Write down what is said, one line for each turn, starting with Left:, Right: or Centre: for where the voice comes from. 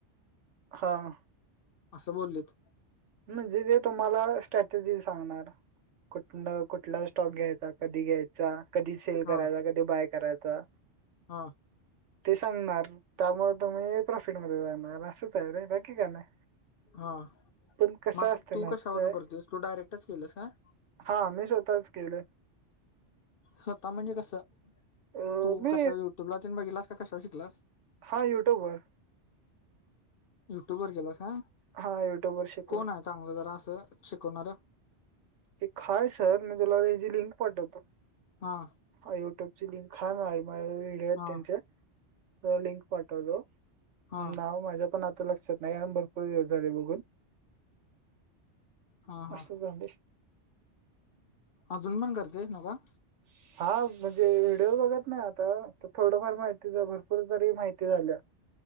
Right: हां
Left: आसं बोललेत.
Right: म्हणजे जे तुम्हाला स्ट्रॅटजी सांगणार कुठ कुठला स्टॉक घ्याय चा कधी घ्यायचा, कधी सेल
Left: हा
Right: करायचा, कधी बाय करायचा.
Left: हा
Right: ते सांगणार, त्यामुळं तुम्ही प्रॉफिटमध्ये जाणार असंच आहे रे बाकी काय नाही.
Left: हा
Right: पण कसं
Left: म आता
Right: असतं
Left: तू
Right: ना
Left: कशा
Right: काय
Left: वरन करततोयस तू डायरेक्टच केलंस काय?
Right: हा मी स्वतःच केलं.
Left: स्वतः म्हणजे कसं?
Right: अं,
Left: तू
Right: मी
Left: कशाव युट्यूब ला तेन बघिलास का कशाव शिकलास?
Right: हा यूट्यूब वर.
Left: युट्यूब वर केलास काय,
Right: हा युट्यूबवर शिकलो
Left: कोण हाय चांगलं जरा आसं शिक कोणार?
Right: एक काय सर मी तुला त्याची लिंक पाठवतो.
Left: हा
Right: हा युट्यूबची लिंक. हाय माझ्याकडं. माझ्याकडं व्हिडिओ आहेत
Left: हा
Right: त्यांचे तुला लिंक पाठवतो.
Left: हा
Right: नाव माझ्या पण आता लक्षात नाही, कारण भरपूर दिवस झाले बघून.
Left: हा हा
Right: आसं झालयं.
Left: अजून पण करतयसं नव का?
Right: <inaudible> हा म्हणजे व्हिडिओ बघत नाही आता, आता थोडंफार माहिती झा भरपूर तरी माहिती झालं.